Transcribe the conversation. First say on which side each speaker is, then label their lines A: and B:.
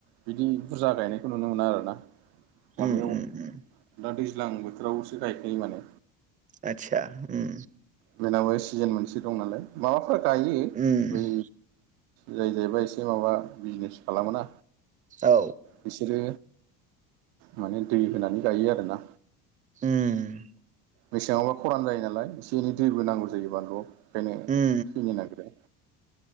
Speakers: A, on the right; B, on the right.
A: बिदि बुरजा गायनायखौ नुनो मोना आरोना माबायाव
B: उम उम उम
A: दा दैज ज्लां बोथोरावसो गायखायो माने
B: आतसा उम
A: बेनाबो सिजोन मोनसे दं नालाय माबाफोर गायो
B: उम
A: बै जाय जायबा एसे माबा बिजनेस खालामोना
B: औ
A: बिसोरो माने दै होनानै गायो आरोना
B: उम
A: मेसेङावबा खरान जायो नालाय एसे एनै दैबो नांगौ जायो बानलुआव बेखायनो
B: उम
A: थैनो नागिरो